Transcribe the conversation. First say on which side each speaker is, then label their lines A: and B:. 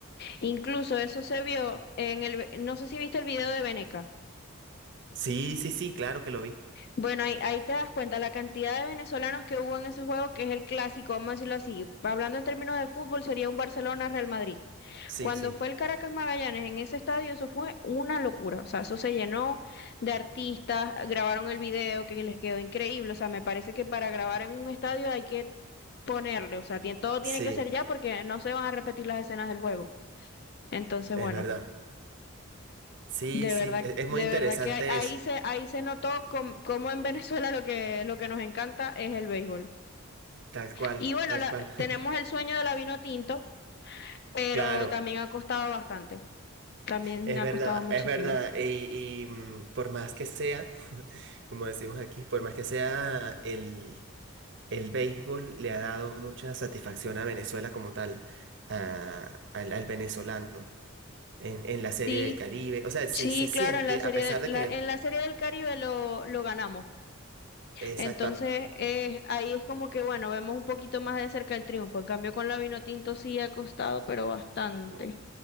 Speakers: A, on the left (about 50°); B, on the right (about 55°).
A: Incluso eso se vio en el, ve- no sé si viste el video de Veneca.
B: Sí, sí, sí, claro que lo vi.
A: Bueno, ahí, ahí te das cuenta la cantidad de venezolanos que hubo en ese juego, que es el clásico, vamos a decirlo así. Hablando en términos de fútbol, sería un Barcelona-Real Madrid.
B: Sí,
A: Cuando
B: sí,
A: fue el Caracas Magallanes en ese estadio, eso fue una locura. O sea, eso se llenó de artistas, grabaron el video que les quedó increíble. O sea, me parece que para grabar en un estadio hay que ponerle, o sea, tie- todo tiene
B: sí,
A: que ser ya porque no se van a repetir las escenas del juego. Entonces,
B: es
A: bueno.
B: verdad. Sí,
A: De
B: sí,
A: verdad,
B: e- es,
A: de
B: muy interesante
A: verdad que ahí ahí
B: eso,
A: se, ahí se notó com- cómo en Venezuela lo que, lo que nos encanta es el béisbol.
B: tal cual,
A: Y bueno,
B: tal
A: la-
B: cual.
A: tenemos
B: <laughs>
A: el sueño de la vino tinto, pero
B: Claro,
A: también ha costado bastante. También
B: es
A: ha
B: verdad,
A: costado muchísimo.
B: es verdad. Y, y, mm, por más que sea, <laughs> como decimos aquí, por más que sea, el, el béisbol le ha dado mucha satisfacción a Venezuela como tal, a- al al venezolano. en, en la serie
A: Sí,
B: del Caribe. O sea, se,
A: sí,
B: se siente,
A: claro, en la serie,
B: a pesar
A: de- la-
B: de que,
A: en la serie del Caribe lo, lo ganamos.
B: exacto,
A: Entonces,
B: a-
A: eh, ahí es como que, bueno, vemos un poquito más de cerca el triunfo. En cambio, con la vino tinto sí ha costado, pero bastante.
B: mm,